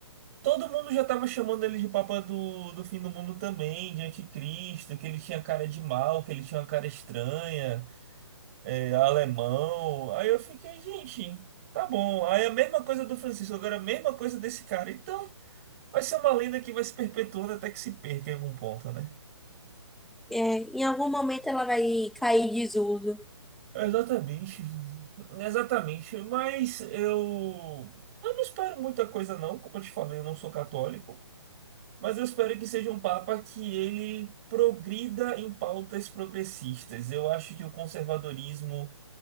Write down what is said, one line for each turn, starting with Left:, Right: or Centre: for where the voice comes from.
Right: todo mundo já estava chamando ele de Papa do, do fim do mundo também, de anticristo, que ele tinha cara de mal, que ele tinha uma cara estranha, é, alemão. Aí eu fiquei, gente, tá bom. Aí a mesma coisa do Francisco, agora a mesma coisa desse cara. Então vai ser uma lenda que vai se perpetuando até que se perca em algum ponto, né?
Centre: É, em algum momento ela vai cair em desuso.
Right: Exatamente. Exatamente. Mas eu, eu não espero muita coisa, não. Como eu te falei, eu não sou católico. Mas eu espero que seja um papa que ele progrida em pautas progressistas. Eu acho que o conservadorismo,